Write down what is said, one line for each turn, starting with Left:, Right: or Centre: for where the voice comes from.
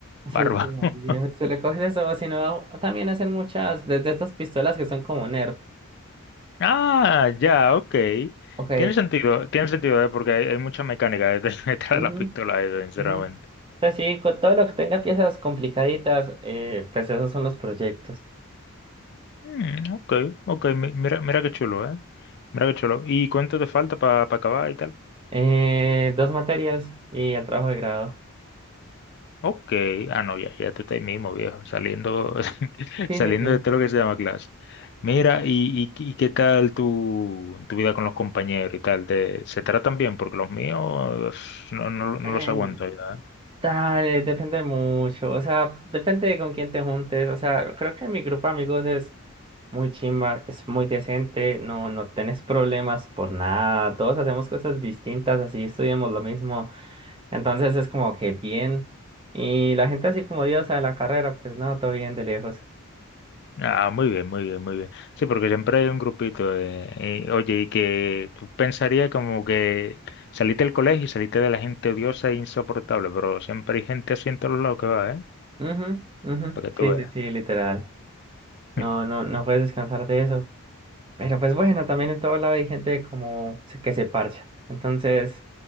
Right: Sí,
Left: Bárbaro.
Right: sí, dale,
Left: <laughs>
Right: tú le coges eso, sino también hacen muchas, desde estas pistolas que son como Nerf.
Left: Ah, ya, ok.
Right: Ok,
Left: Tiene sentido, tiene sentido, ¿eh? porque hay, hay mucha mecánica detrás <laughs> detrás
Right: ujú,
Left: de la pistola, esa, sinceramente.
Right: ujú. Pues sí, con todo lo que tenga piezas complicaditas, eh, pues esos son los proyectos.
Left: Mm, ok, ok, mi- mira, mira qué chulo, ¿eh? Mira qué chulo. ¿Y cuánto te falta para acabar y tal?
Right: Eh, dos materias y el trabajo de grado.
Left: Ok, ah no, ya, ya tú estás ahí mismo, viejo, saliendo, <laughs>
Right: Sí,
Left: saliendo
Right: sí, sí.
Left: de todo lo que se llama clase. Mira, y, y, y qué tal tu, tu vida con los compañeros y tal? ¿Te, se tratan bien? Porque los míos no, no, no
Right: Eh,
Left: los aguanto, ¿verdad?
Right: dale, depende mucho, o sea, depende de con quién te juntes, o sea, creo que mi grupo de amigos es muy chimba, es muy decente, no, no tenés problemas por nada, todos hacemos cosas distintas, así estudiamos lo mismo. Entonces es como que bien. Y la gente así como diosa de la carrera, pues no, todo bien de lejos.
Left: Ah, muy bien, muy bien, muy bien. Sí, porque siempre hay un grupito de, y, oye, y que tú pensarías como que saliste del colegio y saliste de la gente odiosa e insoportable, pero siempre hay gente así en todos lados que va, ¿eh?
Right: Ujú, ujú,
Left: Para que tú
Right: Sí,
Left: veas.
Right: sí, sí, literal. No,
Left: <laughs>
Right: no, no puedes descansar de eso. Pero pues bueno, también en todo lado hay gente como se- que se parcha. Entonces,